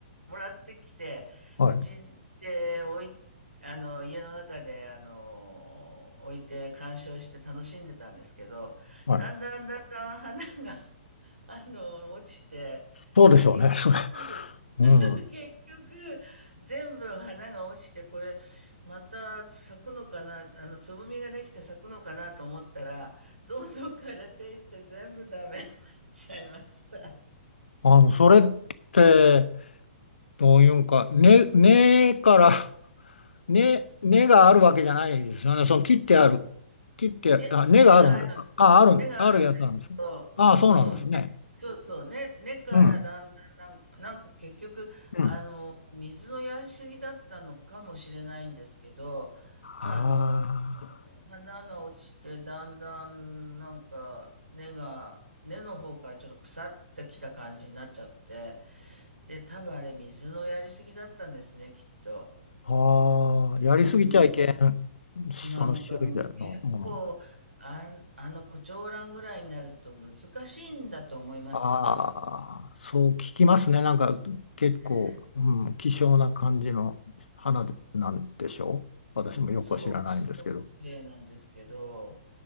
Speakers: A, on the right; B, on the left.
A: う、もらってきて、
B: はい。
A: うちで置い、あの、家の中で、あの、置いて鑑賞して楽しんでたんですけど、
B: はい。
A: だんだんだんだん花が、<laughs> あの、落ちて、
B: そうでしょうね。
A: で、結局、
B: <laughs> それ。うん。
A: <laughs> 結局、全部花が落ちて、これ、また咲くのかな、あの、つぼみができて咲くのかなと思ったら、どんどん枯れていって全部ダメに <laughs> なっちゃいました。
B: あの、それって、どういうんか、根、根から根、根があるわけじゃないですよね。その切ってある。切って、
A: いや、
B: あ、根があるんだ。
A: 根がある、
B: あ、ある、
A: 根があるんですけど、
B: あるやつなんですよあ、そうなんですね。
A: うん、そうそう、ね、根からだんだんなん、
B: うん。
A: なんか結局、あの、
B: うん。
A: 水のやりすぎだったのかもしれないんですけど、あの、
B: あ
A: 花が落ちて、だんだんなんか根が、根の方からちょっと腐ってきた感じになっちゃって、で、多分あれ水のやりすぎだったんですね、きっと。
B: あー、やりすぎちゃいけん、
A: うん。
B: その種類のもの。
A: なんかむ結構、あん、あの胡蝶蘭ぐらいになると難しいんだと思いますね、
B: ああ、
A: 多分。
B: そう聞きますね。なんか結構、
A: ねえ
B: うん、希少な感じの花なんでしょう。私もよくは知らないんですけど。
A: そう、すごく綺麗なんですけど、